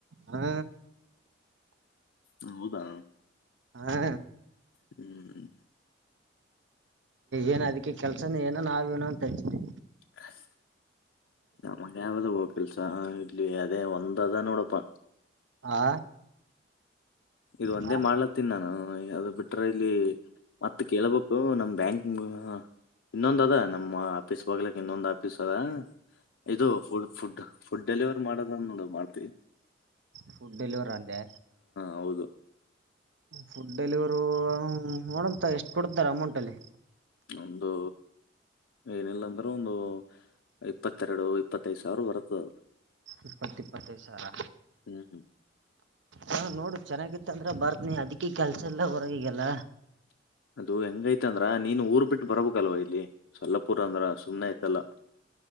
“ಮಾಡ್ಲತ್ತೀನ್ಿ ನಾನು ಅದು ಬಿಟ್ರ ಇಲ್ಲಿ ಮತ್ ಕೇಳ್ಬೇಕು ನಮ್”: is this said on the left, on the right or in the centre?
Left